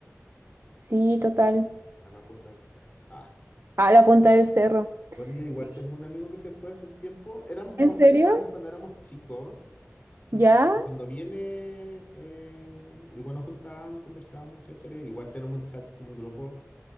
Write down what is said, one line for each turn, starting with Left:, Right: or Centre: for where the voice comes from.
Right: Sí, total.
Left: a la punta del cerro. Ah.
Right: A la punta del cerro.
Left: Bueno, yo igual
Right: Sí.
Left: tengo un amigo que se fue hace un tiempo. Éramos más
Right: ¿En serio?
Left: cercanos cuando éramos chicos.
Right: ¿Ya?
Left: Pero cuando viene, eh, igual nos juntábamos y conversábamos y cháchare. Igual tenemos un chat como un grupo.